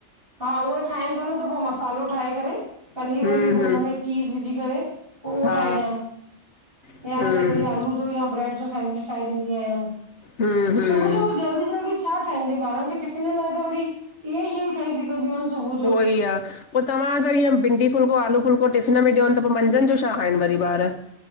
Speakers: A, on the right; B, on the left.
A: हा उहे खाइन था न त पो मसालो ठाहे करे पनीर
B: हम्म
A: वनीर पो
B: हम्म
A: हुन में चीज़ विझी करे पो उहो
B: हा
A: ठाहे ॾयान। या
B: हम्म
A: न त कॾी आलू या ब्रेड जो सैंडविच ठाहे ॾिदी आयान।
B: हम्म हम्म
A: सुबु जो जल्दी जल्दी छा ठहेंजे बारन टिफिन लाइ त वरी इहे ई शयूं ठही सघंदियूं आहिन सुबुह जो।
B: बि आ पो तव्हां अगर ईअं भंडी फुलको, आलू फुलको टफ़िन में ॾयोन त पो मंझन जो छा खाइन वरी ॿार?